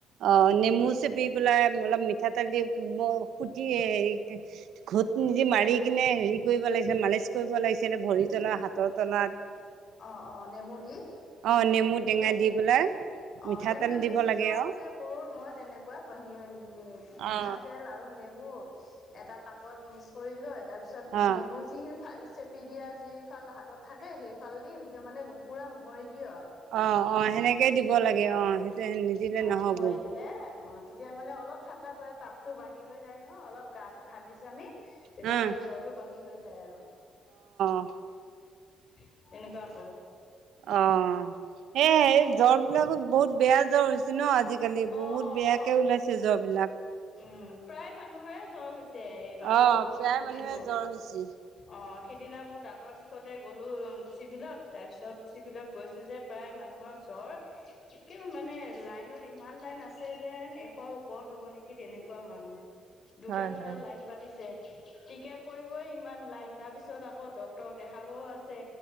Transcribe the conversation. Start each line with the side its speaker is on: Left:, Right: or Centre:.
Right: অ নেমু চেপি পেলাই অলপ মিঠাতেল দিুটি হে ঘট নিদি মাৰি কিনে হেৰি কৰিব লাগ লাগি মালিচ কৰিব লাগিছিল ভৰি তলত হাতৰ তলাত
Left: আহ অ নেমু দি
Right: অ নেমু টেঙা
Left: তে
Right: দি পেলাই
Left: অ
Right: মিঠাতেল
Left: তেনেকুৱা
Right: দিব
Left: বেছি
Right: লাগে
Left: জ্বৰ
Right: আৰু
Left: হলে কৰো মই তেনেকুৱা পী মিঠাতেল
Right: অ
Left: আৰু নেমু এটা কাপত মিক্স কৰি লৈ তাৰ পিছত
Right: অ
Left: নেমু যিখিনি চেপি দিয়া যি ফাল হাতত থাকে সেইফাল দি এ মানে পুৰা মোহৰি দিয় আৰু
Right: অ অ সেনেকেই দিব লাগে অ সেইটো নিদিলে
Left: অ
Right: নহব
Left: মোহৰি দিলে অ তেতিয়া মানে অলপ ঠাণ্ডা পৰে তাপতো বাঢ়ি হৈ যায় নহয় অলপ গা টো ঘামিছ আমি তেতিয়া
Right: হা
Left: মানে জ্বৰটো বাঢ়ি হৈ যায় আৰু
Right: অ
Left: উ এনেক কব
Right: অ সে জ্বৰ বিলাকো বহুত বেয়া জ্বৰ হৈছে ন আজি আজিকালি
Left: অ
Right: বহুত
Left: অ
Right: বেয়াকে
Left: অ
Right: ওলাইছে য বিলাক
Left: উম প্ৰায় মানুহৰে জ্বৰ হৈছে এইবাৰ
Right: অ',
Left: বহুত
Right: প্ৰায়
Left: শুনিছো
Right: মানুহে জ্বৰ হৈছে।
Left: অ সিদিনা মোৰ দাঁতৰ বি শষতে গ'লো চিভিলত তাৰপিছত চিভিলত গৈছোঁ যে প্ৰায় মানুহৰ জ্বৰ মানে লাইনত ইমান লাইন আছে যেন এশৰ ওপৰত হ'ব নেকি তেনেকুৱা মানুহ দুটা
Right: হয়,
Left: দুটা
Right: হয়,
Left: লাইন পাতিছে টিকেট কৰিবই ইমান লাইন তাৰ পিছত আকৌ ডক্টৰক দেখাবও আছে